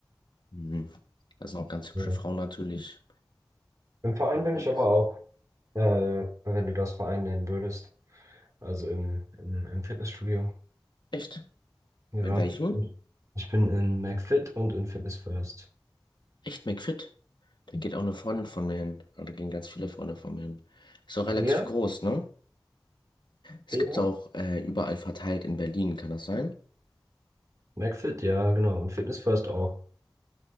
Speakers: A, on the left (about 60°); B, on the right (about 40°).
A: Mhm. Da sind auch ganz hübsche
B: Ja.
A: Frauen natürlich
B: Im Verein
A: unterwegs.
B: bin ich aber auch, äh, wenn du das Verein nennen würdest. Also im, im, im Fitnessstudio.
A: Echt?
B: Ja.
A: In welchem?
B: Ich bin in McFit und in Fitness First.
A: Echt McFit? Da geht auch eine Freundin von mir hin. Ah, Da gehen ganz viele Freunde von mir hin. Ist auch relativ
B: Ja,
A: groß, ne? Es
B: ja.
A: gibt's auch äh, überall verteilt in Berlin, kann das sein?
B: McFit, ja, genau. Und Fitness First auch.